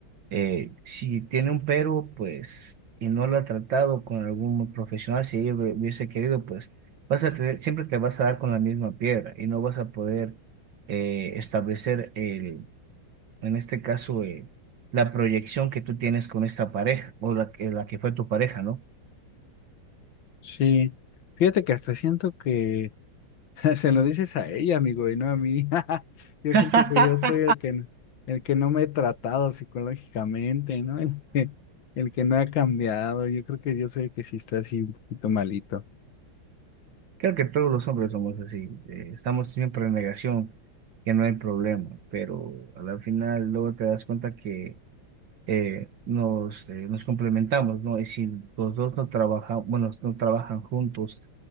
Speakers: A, on the right (about 65°); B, on the left (about 70°).
A: eh, si tiene un pero, pues, y no lo ha tratado con algún profesional, si ella hubie- hubiese querido, pues, vas a tener, siempre te vas a dar con la misma piedra y no vas a poder eh, establecer el, en este caso, eh, la proyección que tú tienes con esta pareja o la, que- la que fue tu pareja, ¿no?
B: Sí. Fíjate que hasta siento que <laughs> se lo dices a ella, amigo, y no a mí. <laughs> Yo
A: <laughs>
B: siento que yo soy el que, el que no me he tratado psicológicamente, ¿no? <laughs> El que, el que no ha cambiado. Yo creo que yo soy el que sí está así un poquito malito.
A: Creo que todos los hombres somos así, eh, estamos siempre en negación, que no hay problema, pero al final luego te das cuenta que eh, nos, eh, nos complementamos, ¿no? Y si los dos no trabajan, bueno, no trabajan juntos,